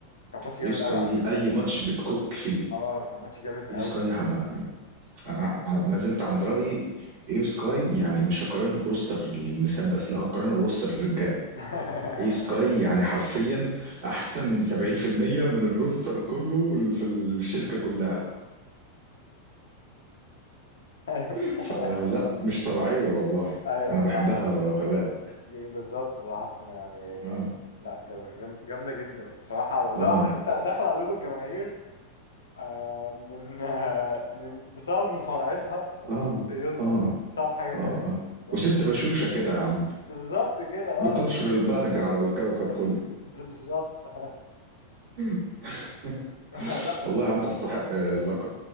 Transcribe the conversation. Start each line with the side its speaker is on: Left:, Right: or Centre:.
Left: كان ماتش جامد
Right: اي سكاي
Left: قوي على
Right: دي
Left: فكره
Right: اي ماتش بتكوك فيه
Left: اه كان ماتش جامد قوي
Right: اي سكاي حما يعني انا ع- ما زلت عند رايي ايو سكاي يعني مش هقارنها بروستر النساء بس لا هقارنها بروستر الرجاله
Left: <laughs>
Right: ايو سكاي يعني حرفيا احسن من 70% من الروستر كله اللي في الشركه كلها
Left: ايوه صح
Right: فلا مش طبيعيه والله
Left: ايوه
Right: انا
Left: صح
Right: بحبها غباء
Left: بالظبط صراحة يعني
Right: اه
Left: لا جام- جام- جامدة جدا الصراحة لا
Right: اه
Left: عارف انت داخلة قلوب الجماهير آه، من <laughs> آه، من بسبب مصارعتها وشخصيتها
Right: اه اه
Left: مش بسبب حاجة تانية
Right: اه
Left: يعني، خد بالك
Right: وست
Left: انت.
Right: بشوشه كده يا عم
Left: بالظبط كده اه
Right: بتنشر
Left: آه.
Right: البهجه على الكوكب
Left: <laughs>
Right: كله
Left: بالظبط
Right: <laughs>
Left: <laughs> لا الصراحة
Right: والله يا عم تستحق اللقب